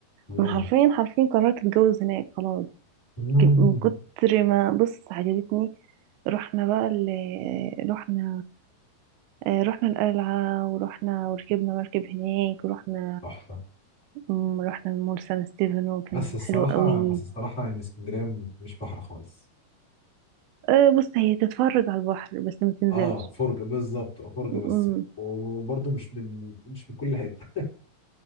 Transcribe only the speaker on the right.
انا حرفيا حرفيا قررت اتجوز هناك خلاص
ج- من كتر ما بص عجبتني رحنا بقى ال رحنا آه، رحنا القلعة ورحنا وركبنا مركب هناك ورحنا
مم، رحنا مول سان ستيفانو كان
حلو قوي
أه بص هي تتفرج على البحر بس ما تنزلش
مم.